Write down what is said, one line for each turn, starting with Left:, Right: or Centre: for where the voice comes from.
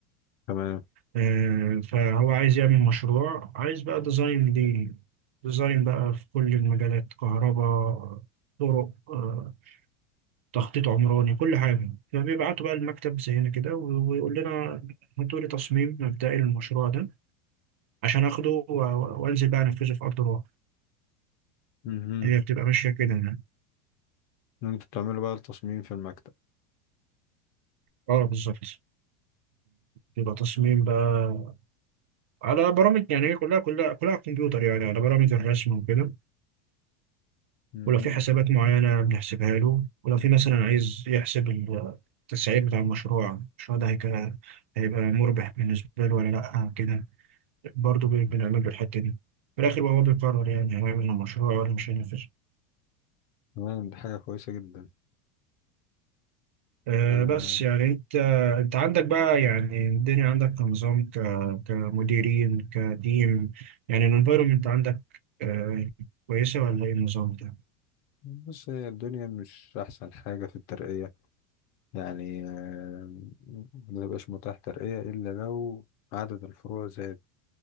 Left: تمام
Right: آه، فهو عايز يعمل مشروع عايز بقى ديزاين ليه ديزاين بقى في كل المجالات كهرباء طرق آه، تخطيط عمراني كل حاجة فبيبعتوا بقى المكتب زينا كده و- ويقول لنا هاتوا لي تصميم مبدئي للمشروع ده عشان اخده و- و- وانزل بقى انفذه في ارض الواقع
Left: مهم.
Right: هي بتبقى ماشية كده يعني
Left: انت بتعملوا بقى التصميم في المكتب
Right: اه بالظبط بيبقى تصميم بقى على برامج يعني هي كلها كلها كلها على الكمبيوتر يعني على برامج الرسم وكده
Left: مهم.
Right: ولو في حسابات معينة بنحسبها له ولو في مثلا عايز يحسب التسعير بتاع المشروع المشروع ده هيك- هيبقى مربح بالنسبة له ولا لأ كده برضه بي- بنعمل له الحتة دي في الآخر هو بيقرر يعني هيعمل إيه، المشروع ولا مش هينفذ
Left: تمام دي حاجة كويسة جدا
Right: آه
Left: آه.
Right: بس يعني أنت أنت عندك بقى يعني الدنيا عندك كنظام ك... كمديرين كتيم يعني الانفايرمنت عندك آه كويسة ولا إيه النظام ده؟
Left: بص هي الدنيا مش أحسن حاجة في الترقية يعني آه، ما بيبقاش متاح ترقية إلا لو عدد الفروع زاد